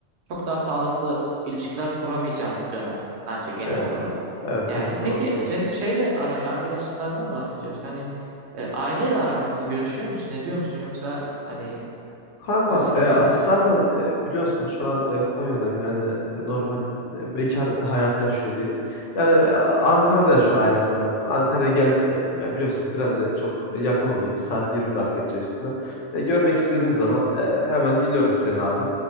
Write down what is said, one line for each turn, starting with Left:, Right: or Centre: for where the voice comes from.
Right: çok daha sağlıklı ilişkiler kuramayacağın bir dönem bence genel
Left: Evet.
Right: olarak.
Left: Evet
Right: Yani
Left: evet
Right: peki
Left: doğru söylüyorsun.
Right: senin şeyle araya arkadaşlıklardan bahsediyoruz. Hani e, aileyle aran nasıl? Görüşüyor musun? Ne diyor musun? Yoksa hani
Left: Kankam
Right: nasıl
Left: e,
Right: gidiyor?
Left: ah, zaten e, biliyorsun şu an e, Konya'dayım yani e, normal e, bekar hayatı yaşıyor diyelim. Yani e, Ankara'da yaşıyor ailem de zaten. Ankara'ya gel git yapıyorum. Yani biliyorsun tren de çok yakın oluyor. bir saat yirmi dakika içerisinde. E, görmek istediğim zaman e, hemen biniyorum trene abi.